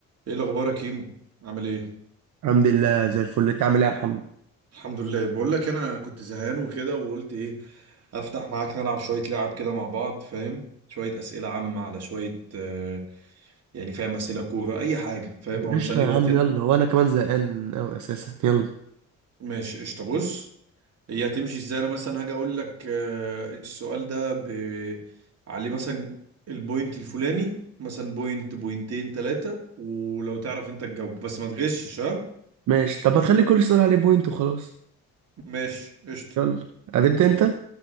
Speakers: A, on the right; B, on the right.
A: ايه الاخبار يا كيمو عامل ايه
B: الحمد لله زي الفل انت عامل ايه يا محمد
A: الحمد لله بقول لك انا كنت زهقان وكده وقلت ايه افتح معاك نلعب شويه لعب كده مع بعض فاهم شويه اسئله عامه على شويه آه يعني فاهم اسئله كوره اي حاجه فاهم هو
B: قشطة
A: نسلي
B: يا
A: وقتنا
B: عم يلا وانا كمان زهقان اوي اساسا يلا
A: ماشي قشطه بص هي هتمشي ازاي انا مثلا هاجي اقول لك آه السؤال ده ب... عليه مثلا البوينت الفلاني مثلا بوينت بوينتين ثلاثه ولو تعرف انت تجاوب بس ما تغشش ها
B: ماشي طب ما تخلي كل سؤال عليه بوينت وخلاص
A: ماشي قشطه
B: يلا هتبدأ انت